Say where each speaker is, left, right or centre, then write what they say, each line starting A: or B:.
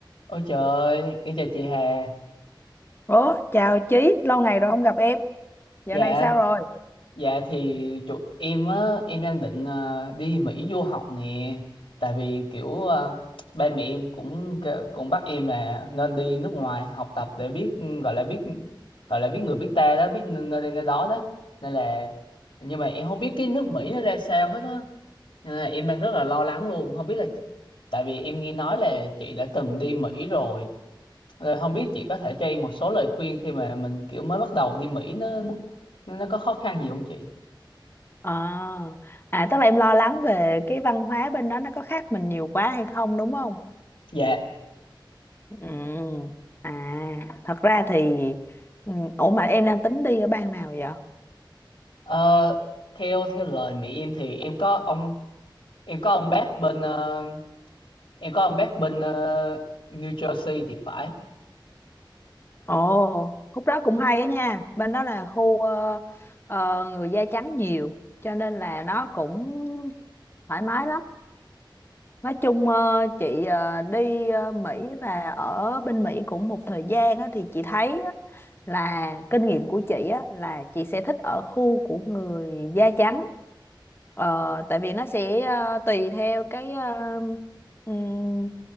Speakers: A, on the left (about 90°); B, on the left (about 30°).
A: Ôi trời ơi, em chào chị Hà.
B: Ủa, chào Chí, lâu ngày rồi không gặp em. Dạo
A: Dạ,
B: này sao rồi?
A: dạ thì chủ, em á, em đang định ờ, đi Mỹ du học nè. Tại vì kiểu ờ, ba mẹ em cũng kêu- cũng bắt em là nên đi nước ngoài học tập để biết gọi là biết gọi là biết người biết ta đó, biết nơi đây nơi đó đó. Nên là nhưng mà em không biết cái nước Mỹ nó ra sao hết á. Nên là em đang rất là lo lắng luôn, không biết là tại vì em nghe nói là chị đã từng đi Mỹ rồi Rồi không biết chị có thể cho em một số lời khuyên khi mà mình kiểu mới bắt đầu đi Mỹ nó nó, nó có khó khăn gì không chị?
B: À, à tức là em lo lắng về cái văn hóa bên đó nó có khác mình nhiều quá hay không đúng không?
A: Dạ,
B: Ừ. À, thật ra thì ừ, ủa mà em đang tính đi ở bang nào vậy?
A: ờ, theo theo lời mẹ em thì em có ông em có ông bác bên ờ, em có ông bác bên ờ, New Jersey thì phải.
B: Ồ, khúc đó cũng hay á nha. Bên đó là khu ờ, ờ, người da trắng nhiều cho nên là nó cũng thoải mái lắm. Nói chung ờ, chị ờ, đi ờ, Mỹ và ở bên Mỹ cũng một thời gian á, thì chị thấy á, là kinh nghiệm của chị á là chị sẽ thích ở khu của người da trắng ờ, tại vì nó sẽ ờ, tùy theo cái ờ, ừm,